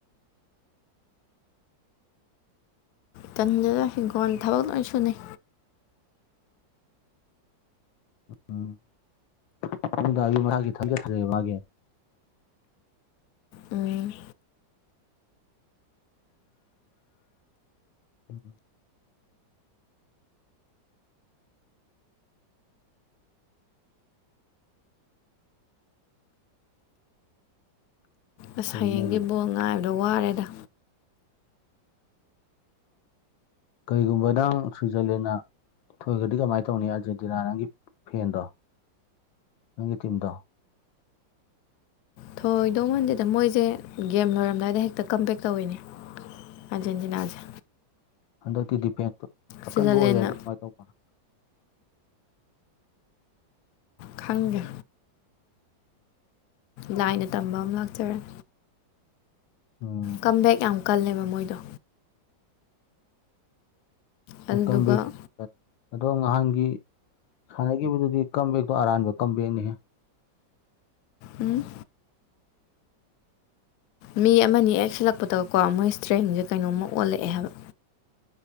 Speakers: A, on the left (about 70°); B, on the left (about 85°).
A: ꯇꯟꯗꯦꯗ ꯍꯤꯡꯈꫭꯟ ꯊꯕꯛ ꯂꯣꯏ ꯁꯨꯅꯩ
B: ꯎꯝ ꯎꯝ ꯄꯨꯡꯗꯥꯒꯤ ꯃꯁꯒꯤ ꯊꯥꯒꯦ ꯊꯖꯛꯑꯦ ꯃꯥꯒꯤ
A: ꯎꯝ
B: ꯎꯝ
A: ꯑꯁ
B: ꯐꯩꯅꯦ
A: ꯍꯌꯦꯡꯗꯤ
B: ꯑꯗꯨꯗꯤ
A: ꯕꯣꯜ ꯉꯥꯏꯕꯗ ꯋꯥꯔꯦꯗ
B: ꯀꯩꯒꯨꯝꯕ ꯅꯪ ꯁ꯭ꯋꯨꯏꯖꯔꯂꯦꯟꯅ ꯊꯣꯏꯕꯗꯤ ꯀꯃꯥꯏ ꯇꯧꯅꯤ ꯑꯥꯔꯖꯦꯟꯇꯤꯅꯥ ꯅꯪꯒꯤ ꯐꯦꯟꯗꯣ ꯅꯪꯒꯤ ꯇꯤꯝꯗꯣ
A: ꯊꯣꯏꯗꯧ ꯃꯥꯟꯗꯦꯗ ꯃꯣꯏꯖꯦ ꯒꯦꯝ ꯂꯣꯏꯔꯝꯗꯥꯏꯗ ꯍꯦꯛꯇ ꯀꯝꯕꯦꯛ ꯇꯧꯋꯤꯅꯦ ꯑꯖꯦꯟꯖꯤꯅꯥꯖ
B: ꯍꯟꯗꯛꯇꯤ ꯗꯤꯐꯦꯟꯁꯇꯨ ꯑꯀꯟꯕ
A: ꯁ꯭ꯋꯤꯖꯔꯂꯦꯟꯅ
B: ꯑꯣꯏꯔꯛꯑꯗꯤ ꯄꯥꯁ‌ ꯇꯧ
A: ꯈꯪꯗꯦ ꯂꯥꯏꯅ ꯇꯝꯕ ꯑꯃ ꯂꯥꯛꯆꯔꯅꯤ
B: ꯑꯣ
A: ꯀꯝꯕꯦꯛ ꯌꯥꯝ ꯀꯜꯂꯦꯕ ꯃꯣꯏꯗꯣ ꯑꯗꯨꯗꯨꯒ
B: ꯍ ꯀꯕꯤ ꯑꯗꯣ ꯅꯍꯥꯟꯒꯤ ꯁꯥꯟꯅꯈꯤꯕꯗꯨꯗꯤ ꯀꯝꯕꯦꯛꯇꯣ ꯑꯔꯥꯟꯕ ꯀꯝꯕꯦꯛꯅꯤ
A: ꯎꯝ ꯃꯤ ꯑꯃꯅꯤ ꯍꯛ ꯁꯤꯜꯂꯛꯄꯗꯀꯣ ꯃꯣꯏ ꯏꯁꯇ꯭ꯔꯦꯟꯁꯦ ꯀꯩꯅꯣꯝꯃ ꯑꯣꯜꯂꯛꯑꯦ ꯍꯥꯏꯕ